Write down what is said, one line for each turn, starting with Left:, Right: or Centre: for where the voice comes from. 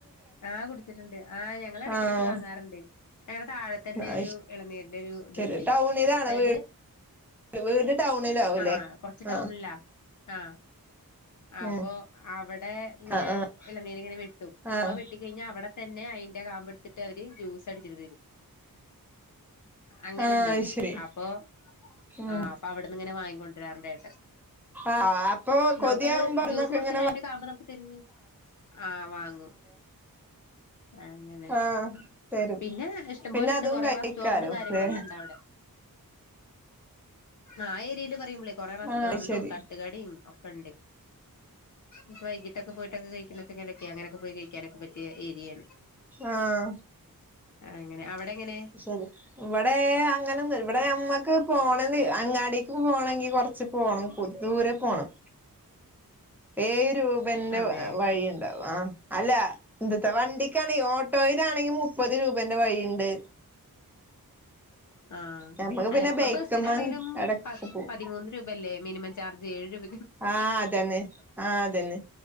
Left: ആ കുടിച്ചിട്ടുണ്ട് ആഹ് ഞങ്ങൾ ഇടക്കിടക്ക്
Centre: ആഹ്
Left: വാങ്ങാറുണ്ട് അങ്ങെ താഴെ തന്നെ
Centre: അയ്
Left: ഒരു ഇളനീരന്റെ ഒരു ഇതുണ്ട്
Centre: ശരി ടൗണിലാണ്
Left: അതായത്
Centre: വീട് വീട് ടൗണിലാവൂല്ലേ
Left: ആ കൊറച്ച് ടൗണിലാ
Centre: ആഹ്
Left: ആ അപ്പൊ
Centre: ഉം
Left: അവിടെ ഇങ്ങനെ
Centre: ആഹ് ആഹ്
Left: ഇളനീരി ഇങ്ങനെ വെട്ടും
Centre: ആഹ്
Left: അപ്പൊ വെട്ടിക്കഴിഞ്ഞാൽ അവിടെ തന്നെ അയിറെ കാമ്പ് എടുത്തിട്ട് അവര് ജ്യൂസ് അടിച്ചിട്ട് തരും അങ്ങനുണ്ടേ
Centre: ആഹ് അയ് ശരി
Left: അപ്പൊ
Centre: ഉം
Left: ആഹ് അപ്പൊ അവിടുന്ന് ഇങ്ങനെ വാങ്ങിക്കൊണ്ടരാറുണ്ട് ഏട്ടൻ
Centre: ആഹ് അപ്പൊ കൊതിയാവുമ്പോ
Left: നമുക്കത്
Centre: അവിടുന്നൊക്കെ
Left: ജ്യൂസ് കുടിച്ച്
Centre: ഇങ്ങനെ
Left: അതിന്റെ കാമ്പ് <unintelligible> അ വാങ്ങും അങ്ങനെ
Centre: അ തരും
Left: പിന്നെ ഇഷ്ടംപോലെ
Centre: പിന്നെ
Left: ഉണ്ട്
Centre: അതും
Left: കൊറെ
Centre: കഴിക്കാലോ
Left: റെസ്റ്റോറന്റ് കാര്യങ്ങളൊക്കെ
Centre: ല്ലേ
Left: ഉണ്ട് അവിടെ അ ഏരിലും പറയുമ്പള കൊറെ റസ്റ്റോറണ്ടും
Centre: ആഹ് ശരി
Left: തട്ടുകടയും ഒക്കെ ഉണ്ട് ഇപ്പ വൈകിട്ടക്ക പോയിട്ടക്ക കൈ <unintelligible> അങ്ങനെ പോയി കഴിക്കാൻ പറ്റിയ ഏരിയ ണ്
Centre: ആഹ്
Left: അങ്ങനെ എങ്ങനെ
Centre: ശരി ഇവിടെ അങ്ങനെന്ന ഇവിടെ നമ്മക്ക് പോണന്ന് അങ്ങാടിക്ക് പോണമെങ്കി കൊറച്ച് പോണം ദൂരെ പോണം ഏഴ് രൂപന്റെ
Left: അതെ
Centre: വഴിയുണ്ടാവും ആ അല്ല എന്തത്തെ വണ്ടിക്കാണെങ്കിൽ ഓട്ടോയിലാണെങ്കി മുപ്പത് രൂപേന്റെ വഴിയുണ്ട്
Left: ആഹ
Centre: ഞമ്മക്ക്
Left: അല്ല
Centre: പിന്നെ
Left: ഇപ്പ
Centre: ബൈക്ക്മ്മ
Left: ബസിനാണെങ്കിലും
Centre: എടക്കൊക്കെ പോവും
Left: പതിമൂന്ന് രൂപ അല്ലേ മിനിമം ചാർജ് ഏഴു രൂപ
Centre: ആഹ് അതന്നെ ആഹ് അതന്നെ